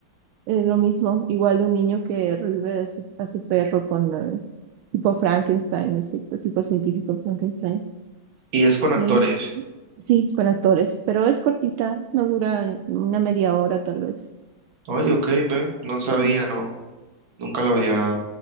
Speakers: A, on the right; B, on the right.
A: Es lo mismo, igual de un niño que revive a su, a su perro con eh, tipo Frankenstein, ¿no es cierto? Tipo científico Frankenstein.
B: y es con
A: Sí,
B: actores.
A: sí, con actores, pero es cortita, no dura una media hora tal vez.
B: Ay, ok, ve, no sabía,
A: Ujú.
B: no, nunca lo había,